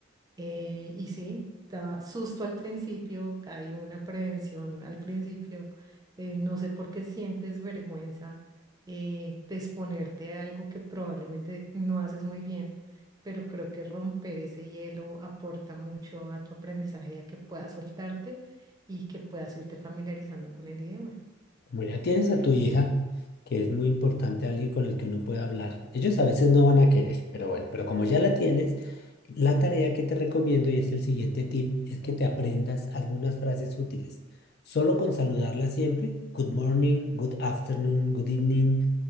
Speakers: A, on the right; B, on the left.
A: Eh, y sí, da susto al principio, hay una prevención al principio. eh, no sé por qué sientes vergüenza eh, de exponerte a algo que probablemente no haces muy bien, pero creo que romper ese hielo aporta mucho a tu aprendizaje y a que puedas soltarte y que puedas irte familiarizando con el idioma.
B: Como ya tienes a tu hija, que es muy importante alguien con el que uno pueda hablar. Ellos a veces no van a querer, pero bueno, pero como ya la tienes, la tarea que te recomiendo y es el siguiente tip, es que te aprendas algunas frases útiles. Solo con saludarla siempre, good morning, good afternoon, good evening.